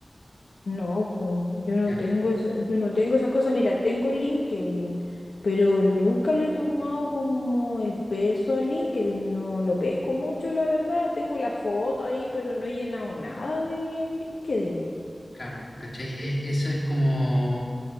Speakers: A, on the left (about 80°); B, on the left (about 55°).
A: no, po, yo no
B: Ya,
A: tengo eso, yo no tengo esas cosas. Mira, tengo LinkedIn, pero nunca le he tomado como el peso a LinkedIn, no lo pesco mucho, la verdad. Tengo la foto ahí, pero no he llenado nada de LinkedIn.
B: claro, ¿cachai? E- esa es como,